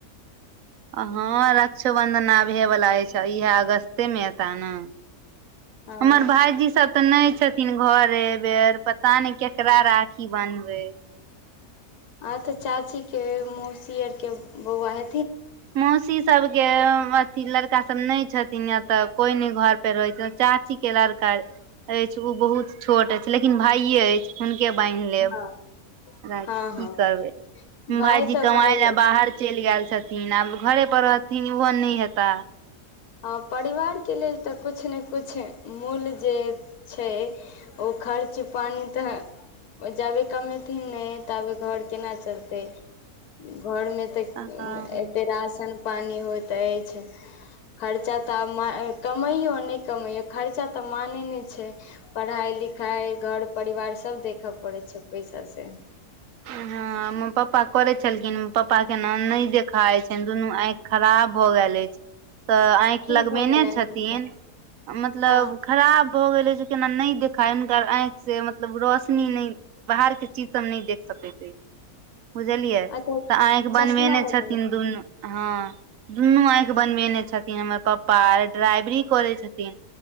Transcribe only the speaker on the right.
हाँ रक्षोबंधन आबे वला ह छै इएह अगस्ते मे एता ना
हमर भाउजी सब तऽ नहि छथिन घरे बेर पता नहि केकरा राखी बन्हबै
मौसी सबके अथि लड़का सब नहि छथिन य तऽ कोई ने घर पे रहै छै चाची के लड़का अछि ओ बहुत छोट अछि लेकिन भाइे अइछ हुनके बान्हि लेब
र
की
करबै
भाईजी
कमाय
ले
बाहर
चल गेल छथिन रहथिन आब घरे पर रहथिन ओहो नहि हेता
हँ
ह हमर पप्पा करे छलखिन पापा केना नहि देखाइ छै दुनू आँखि खराब भ गेल अछि त आँखि
लगबेने
छथिन
मतलब
खराब भ गेले जे केना न देखाय हुनका आंखि से मतलब रोशनी नइ बाहर के चीज सब नहि देख सकैत अछि बुझलियै
तऽ आँखि बनबेने
छथिन दून हँ दुनू आँखि बनबेने छथिन हमर पप्पा आर ड्राइवरी करै छथिन